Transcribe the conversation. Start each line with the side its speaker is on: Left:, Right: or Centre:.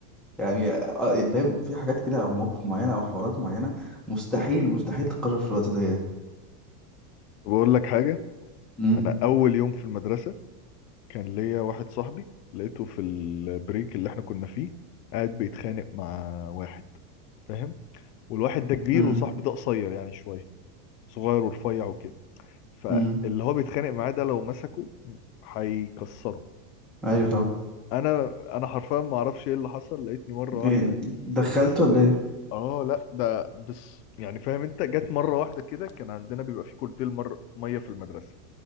Centre: يعني آه، يعني فاهم في حاجات كده او مواقف معينه او حوارات معينه مستحيل مستحيل تتكرر في الوقت زي ده
Left: بقول لك حاجة
Centre: امم
Left: انا اول يوم في المدرسة كان ليا واحد صاحبي لقيته في البريك اللي احنا كنا فيه قاعد بيتخانق مع واحد فاهم والواحد ده كبير
Centre: امم
Left: وصاحبي ده قصير يعني شوية صغير ورفيع وكده فاللي
Centre: امم
Left: هو بيتخانق معاه ده لو مسكه هيكسره
Centre: ايوه طبعا
Left: انا انا حرفيا ما اعرفش ايه اللي حصل لقيتني مره واحده
Centre: إيه دخلته
Left: بس
Centre: ولا ايه
Left: اه لا ده بس يعني فاهم انت جت مره واحده كده كان عندنا بيبقى في كولدير مر ميه في المدرسه